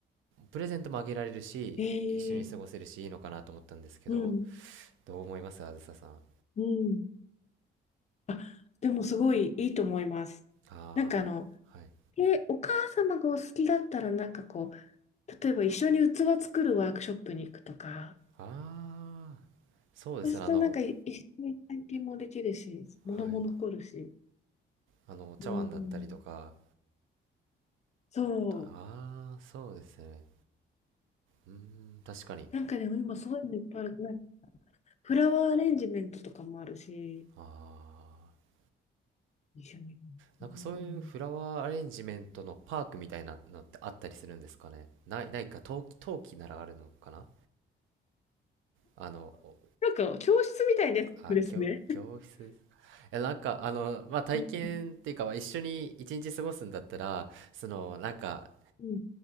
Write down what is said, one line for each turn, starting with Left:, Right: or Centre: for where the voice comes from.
Right: プレゼントもあげられるし、
Left: ええ
Right: 一緒に過ごせるしいいのかなと思ったんですけど、
Left: うん。
Right: どう思いますあずささん。
Left: うん。あ、でもすごいいいと思います。
Right: ああ
Left: なんかあの、
Right: ー、はい。
Left: え、お母様がお好きだったら、なんかこう、例えば一緒に器作るワークショップに行くとか、
Right: ああ、そうですね。
Left: そうするとなんかい一緒に体験もできるし、
Right: あの、
Left: 物も残るし。
Right: はい。あの、お茶碗だったりとか、
Left: うん。そう。
Right: ああ、そうですね。うーん、確かに。
Left: なんかね、今そういうのいっぱいある。なんかフラワーアレンジメントとかもあるし、
Right: ああ。
Left: 一緒に。
Right: なんかそういうフラワーアレンジメントのパークみたいなのってあったりするんですかねない、
Left: うん。
Right: ないか、陶器、陶器ならあるのかなあの、お
Left: なんか教室みたいなやつですね。
Right: あ、教、教室え、なんか、あの、まあ、体験っていうか、
Left: うん。
Right: まあ、一緒に一日過ごすんだったら、その、なんか、
Left: うん